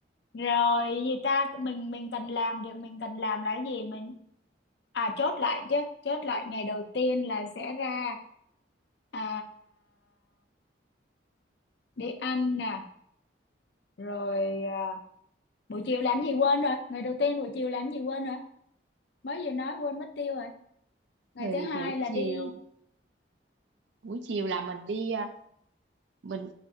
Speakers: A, on the left; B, on the right.
A: rồi gì ta mình mình cần làm việc mình cần làm là cái gì mình à chốt lại chứ chốt lại ngày đầu tiên là sẽ ra à, đi ăn nè rồi à, buổi chiều làm gì quên rồi ngày đầu tiên buổi chiều làm gì quên rồi mới vừa nói quên mất tiêu rồi ngày
B: thì
A: thứ hai
B: buổi
A: là
B: chiều
A: đi
B: buổi chiều là mình đi ờ, mình